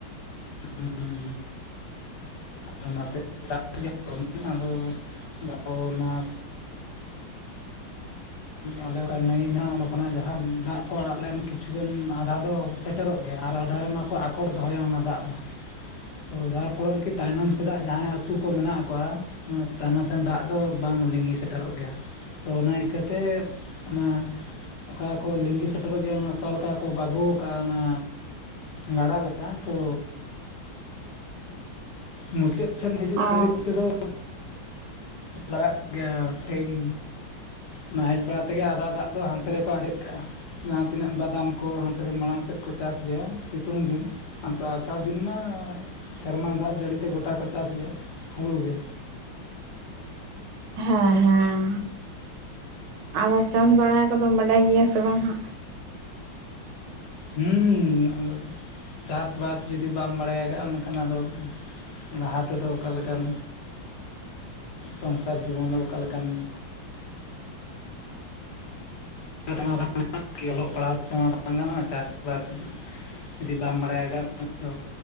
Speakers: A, on the left; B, on the right.
A: <unintelligible> ᱟᱫᱚ ᱚᱱᱟᱛᱮ ᱪᱟᱥ <unintelligible> ᱱᱚᱣᱟ ᱟᱞᱮ ᱚᱱᱟ ᱱᱟᱹᱭ ᱢᱮᱱᱟᱜᱼᱟ ᱚᱸᱰᱮ ᱠᱷᱚᱱᱟᱜ ᱡᱟᱦᱟᱸ ᱫᱟᱜ ᱠᱚ ᱟᱲᱟᱜ ᱞᱮᱱ ᱠᱤᱪᱷᱩ ᱜᱟᱱ ᱟᱫᱷᱟ ᱫᱚ ᱥᱮᱴᱮᱨᱚᱜ ᱜᱮᱭᱟ, ᱟᱫᱷᱟᱨᱮ ᱢᱟᱠᱚ ᱟᱠᱚᱴ ᱫᱚᱦᱚᱭᱟ ᱚᱱᱟ ᱫᱟᱜ ᱢᱟ᱾ ᱛᱚ ᱡᱟᱦᱟᱸ ᱯᱷᱚᱨᱮ ᱨᱮᱠᱤ ᱛᱟᱭ ᱱᱚᱢ ᱥᱮᱫᱟᱜ ᱡᱟᱦᱟᱸᱭ ᱟᱹᱛᱩ ᱠᱚ ᱢᱮᱱᱟᱜ ᱠᱚᱣᱟ ᱛᱟᱭᱱᱚᱢ ᱥᱮᱱ ᱫᱟᱜ ᱫᱚ ᱵᱟᱝ ᱞᱤᱸᱜᱤ ᱥᱮᱴᱮᱨᱚᱜ ᱜᱮᱭᱟ᱾ ᱛᱚ ᱚᱱᱟ ᱤᱠᱟᱹᱛᱮ ᱚᱱᱟ ᱚᱠᱟ ᱠᱚ ᱞᱤᱸᱜᱤ ᱥᱮᱴᱮ ᱨᱚᱜ ᱜᱮᱭᱟ ᱚᱠᱟ ᱞᱮᱠᱟ ᱠᱚ ᱵᱟᱜᱩ ᱟᱠᱟᱫ ᱚᱱᱟ ᱜᱟᱰᱟ ᱞᱮᱠᱟ ᱛᱚ ᱢᱩᱪᱟᱹᱫ ᱥᱮᱱ ᱦᱤᱡᱩᱜ
B: ᱚ
A: ᱫᱷᱟᱹᱨᱤᱡ ᱛᱮᱫᱚ ᱞᱟᱜᱟᱜ ᱜᱮᱭᱟ ᱴᱟᱭᱤᱢ ᱚᱱᱟ ᱦᱮᱡ ᱵᱟᱲᱟ ᱛᱮᱜᱮ ᱟᱫᱷᱟ ᱫᱟᱜ ᱫᱚ ᱦᱟᱱᱛᱮ ᱨᱮᱠᱚ ᱟᱸᱡᱮᱫ ᱠᱟᱜᱼᱟ ᱡᱟᱦᱟᱸᱛᱤᱱᱟᱹᱜ ᱵᱟᱫᱟᱢ ᱠᱚ ᱦᱟᱱᱛᱮ ᱨᱮ ᱢᱟᱲᱟᱝ ᱥᱮᱫ ᱠᱚ ᱪᱟᱥ ᱜᱮᱭᱟ ᱥᱤᱛᱩᱝ ᱫᱤᱱ ᱚᱱᱛᱮ ᱟᱥᱟᱲ ᱫᱤᱱ ᱢᱟ ᱥᱮᱨᱢᱟ ᱫᱟᱜ ᱡᱟᱹᱲᱤ ᱛᱮ ᱜᱚᱴᱟ ᱠᱚ ᱪᱟᱥ ᱜᱮᱭᱟ ᱦᱩᱲᱩ ᱜᱮ᱾
B: ᱦᱮᱸ ᱦᱮᱸ ᱟᱫᱚ ᱪᱟᱥ ᱵᱟᱲᱟ ᱠᱚᱫᱚᱢ ᱵᱟᱰᱟᱭ ᱜᱮᱭᱟ ᱥᱮ ᱵᱟᱝ ᱦᱟᱜ
A: ᱦᱩᱸ ᱟᱫᱚ ᱪᱟᱥᱼᱵᱟᱥ ᱡᱩᱫᱤ ᱵᱟᱢ ᱵᱟᱲᱟᱭ ᱠᱟᱜᱼᱟ ᱢᱮᱱ ᱠᱷᱟᱱ ᱟᱫᱚ ᱞᱟᱦᱟ ᱛᱮ ᱫᱚ ᱚᱠᱟ ᱞᱮᱠᱟᱢ ᱥᱚᱝ ᱥᱟᱨ ᱡᱤᱵᱚᱱ ᱨᱮ ᱚᱠᱟ ᱞᱮᱠᱟᱱ <unintelligible> ᱚᱞᱚᱜ ᱯᱟᱲᱦᱟᱣ ᱛᱮᱢᱟ ᱵᱟᱝ ᱜᱟᱱᱚᱜᱼᱟ ᱪᱟᱥ ᱵᱟᱥ ᱡᱩᱫᱤ ᱵᱟᱢ ᱵᱟᱲᱟᱭ ᱠᱟᱜ ᱠᱷᱟᱱ ᱫᱚ